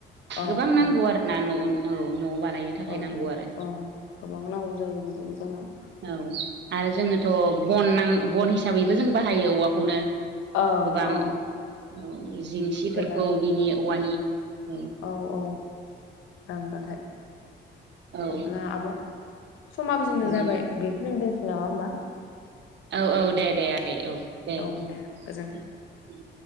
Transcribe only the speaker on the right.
गोबां नांगौ
आरोना न' औ न' बानायनो। थाखाय
नांगौ आरो
औ आरो जोनोथ' बन नां बन हिसाबैबो जों बाहायो औवाखौनो।
गोबां
औ जिंसिफोरखौ
बिनि औवानि औ
औ
औ
औ औ दे दे आगै औ दे
दे